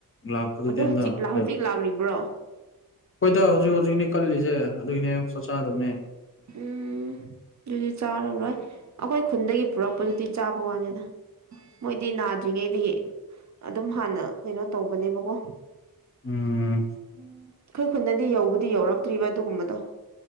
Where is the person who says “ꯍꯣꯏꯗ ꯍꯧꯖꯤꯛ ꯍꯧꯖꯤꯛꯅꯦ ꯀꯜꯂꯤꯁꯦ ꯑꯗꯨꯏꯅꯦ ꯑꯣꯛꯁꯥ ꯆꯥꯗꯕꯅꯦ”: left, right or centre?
Left